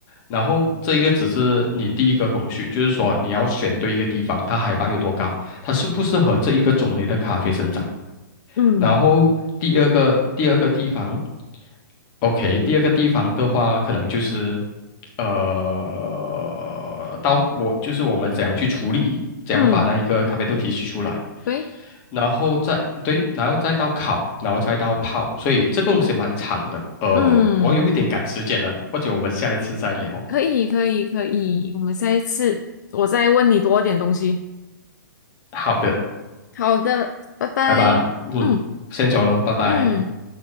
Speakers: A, on the left; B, on the left.
A: 然后这一个只是你第一个工序，就是说你要选对一个地方，它海拔有多高，它适不适合这一个种类的咖啡生长。
B: 嗯
A: 然后第二个第二个地方，OK，第二个地方的话，可能就是呃，到我就是我们怎样去处理，怎样把那一个咖啡豆提取出来，
B: 嗯，对，
A: 然后再对，然后再到烤，然后再到泡，所以这个东西蛮长的。呃，
B: 嗯，
A: 我有一点赶时间了，或者我们下一次再聊。
B: 可以可以可以，我们下一次我再问你多点东西。
A: 好的，
B: 好的，拜拜。
A: 拜拜。嗯，
B: 嗯
A: 先走喽，拜拜。
B: 嗯。